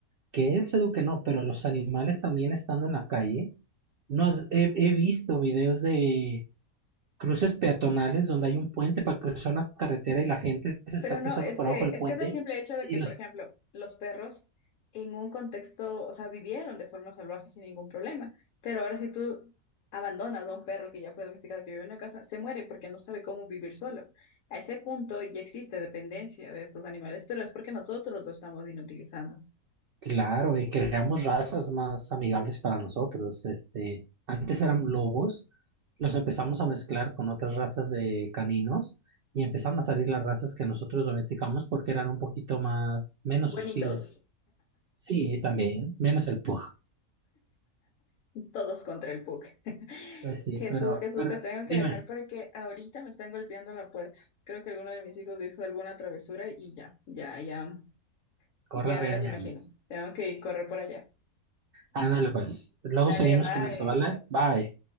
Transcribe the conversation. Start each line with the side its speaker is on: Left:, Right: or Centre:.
Right: que él se eduque, no, pero los animales también estando en la calle, no has- he he visto videos de cruces peatonales donde hay un puente para cruzar una carretera y la gente se está
Left: Pero no,
Right: cruzando
Left: es
Right: por
Left: que,
Right: abajo del
Left: es
Right: puente
Left: que es el simple hecho de
Right: y
Left: que, por
Right: los
Left: ejemplo, los perros en un contexto, o sea, vivieron de forma salvaje sin ningún problema. Pero ahora si tú abandonas a un perro que ya fue domesticado, que vive en una casa, se muere porque no sabe cómo vivir solo. A ese punto ya existe dependencia de estos animales, pero es porque nosotros lo estamos inutilizando.
Right: claro, y creamos razas más amigables para nosotros. Este, antes eran lobos, los empezamos a mezclar con otras razas de caninos y empezaron a salir las razas que nosotros domesticamos porque eran un poquito más menos
Left: Bonitos.
Right: hostiles. Sí, también, menos el pug.
Left: Todos contra el PUC. <laughs>
Right: Pues sí,
Left: Jesús,
Right: pero,
Left: Jesús,
Right: pero
Left: te tengo
Right: dime,
Left: que dejar porque ahorita me están golpeando la puerta. Creo que alguno de mis hijos dijo alguna travesura y ya, ya, ya,
Right: corre
Left: ya
Right: a regañarnos.
Left: me las imagino. Tengo que correr por allá.
Right: Ándale pues, luego
Left: Dale,
Right: seguimos
Left: bye.
Right: con esto, ¿vale? Bye.